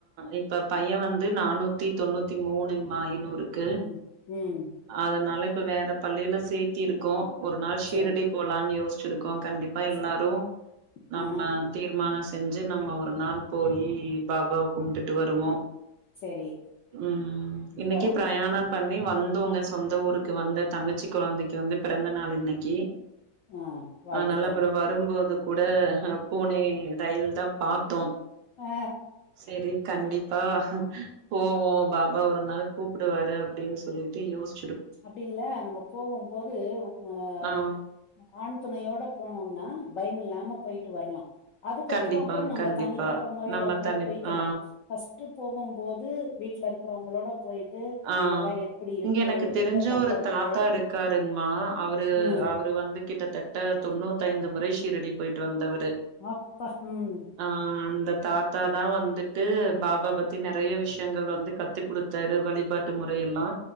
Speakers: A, on the right; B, on the left.
A: இப்ப பைய வந்து நானூத்தி தொண்ணூத்தி மூணுங்மாப் நூறுக்கு
B: ம் ம்
A: அதனால இப்ப வேற பள்ளில சேத்தி இருக்கோ ஒரு நாள் ஷீரடி
B: செரி
A: போ ங்கயோஸ்சிரு கோ கண்டிப்பா எல்லாரு
B: செரி
A: நம்ம
B: ஆ
A: தீர்மான செ செஞ்சு நம்ம ஒரு நாள் போயி பாபாவ கும்டுட்டு வருவோ
B: செரி
A: உ இன்னைக்கி
B: போலா
A: பிரயாணம் பண்ணி வந்தோங்க சொந்த ஊருக்கு வந்த தங்கச்சி கொழந்தைக்கு வந்து பெறந்த நாள் இன்னைக்கு
B: ஆ வாழ்த்துக்கள்
A: ஆனால அப்பற வரும்போது கூட போனே ரயில் தா பாத்தோ
B: ஆ
A: செரி கண்டிப்பா போவோ பாபா ஒரு நாள் கூப்பிடுவாரு அப்டின்னு சொல்லிட்டு யோஸ்
B: அப்டி இல்ல நம்ம போவம்போது ஒர்தங்க
A: ஆ
B: ஆண் துணையோட போனோம்னா பயமில்லாம போயிட்டு வரலா அதுக்கப்பறோ
A: கண்டிப்பாங்,
B: அப்பறோ நம்ம
A: கண்டிப்பா.
B: தனிப்பட்ட முறையில
A: நம்ம
B: கூட
A: தனி
B: போய்க்கிலா
A: ஆ,
B: ஃபஸ்ட்டு போகும்போது வீட்டுல இருக் அப்பறோ உங்களோட போயிட்டு
A: ஆ.
B: அங்கெல்லா எப்படி இருக்கு
A: இங்க எனக்கு
B: எங்க
A: தெரிஞ்ச
B: தங்கறது
A: ஒரு தாத்தா இருக்காருங்கமா அவரு
B: ம்
A: அவரு வந்து கிட்டத்தட்ட தொண்ணூத்தைந்து மண ரை சீரடி போயிட்டு வந்தவர் டு
B: அப்பா ம்
A: ஆ அந்த தாத்தாதா வந்துட் ட்டு பாபா பத்தி நறையா விஷயங்கள் வந்து கத்து குடுத்தாரு வழி பாட்டு முறை எல்லா